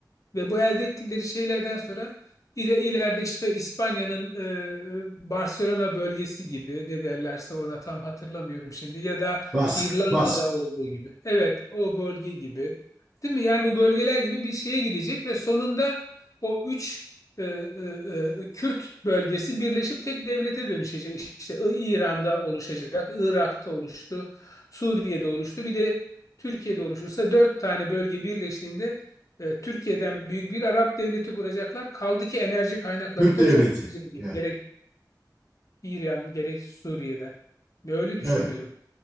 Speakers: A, on the left; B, on the right.
A: Ve bu elde ettikleri şeylerden sonra ile- ileride işte İspanya'nın e, e, Barcelona bölgesi gibi ne derlerse ona tam hatırlamıyorum şimdi ya da
B: Bask,
A: İrlanda'da
B: Bask,
A: olduğu gibi. Evet, o bölge gibi. Değil mi? Yani bu bölgeler gibi bir şeye gidecek ve sonunda o üç e, e, e, Kürt bölgesi birleşip tek devlete dönüşecek. İşte İ- İran'da oluşacak, Irak'ta oluştu, Suriye'de oluştu. Bir de Türkiye'de oluşursa dört tane bölge birleştiğinde e, Türkiye'den büyük bir Arap devleti kuracaklar. Kaldı ki enerji kaynakları
B: Kürt
A: da
B: devleti.
A: çok zengin.
B: Yani
A: Gerek İran, gerek Suriye'den. Ve Öyle düşünüyorum.
B: evet.